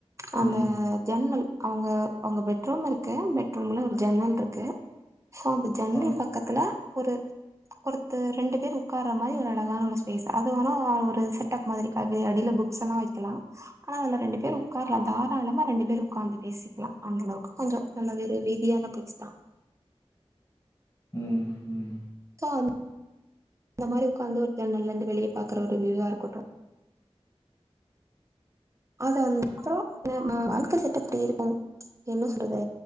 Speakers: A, on the right; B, on the left.
A: அந்த
B: ம்
A: ஜன்னல் அவங்க அவங்க பெட்ரூ இருக்கு பெட்ரூம்ல ஒரு ஜன்னல் இருக்கு சோ அந்த ஜன்னல்
B: ம்
A: பக் கத்துல ஒரு குடுத்து ரெண்டு பேர் உட்காற மாரி ஒரு அழகான ஒரு ஸ்பேஸ் அது வேனா ஒரு செட் அப் மாரி அது அடியில புக்ஸ் எல்லா வச்சு லா ஆனா அந்த ரெண்டு பேர் உட்காரலா தாராளமா ரெண்டு பேர் உட்கார்ந்து பேசிக்கலா அந்த அளவுக்கு கொஞ்சோ நல்ல வேறு வீதியான பிளேஸ் தா
B: ம் ம்
A: சோ அந்த மாரி உட்காந்து ஒரு தட நல்ல இருந்து வெளிய பாக்குற ஒரு வியூவா இருக்கட்டு அத வ அப்புறோ ந வாழ்க்க செட் அப் தேடி போம் ம்ச் என்ன சொல்றது